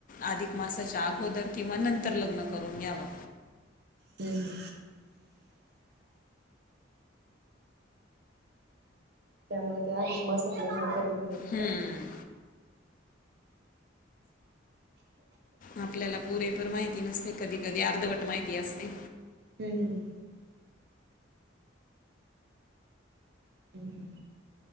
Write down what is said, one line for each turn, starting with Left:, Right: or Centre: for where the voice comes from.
Left: अधिक मासाच्या अगोदर किंवा नंतर लग्न करून घ्यावं.
Right: हम. हम्म. त्यामुळे ते आधिक मासत लग्न करीत नाही.
Left: हम्म आपल्याला पुरे. माहिती नसते कधी-कधी अर्धवट माहिती असते.
Right: हम्म हम्. हम् हम.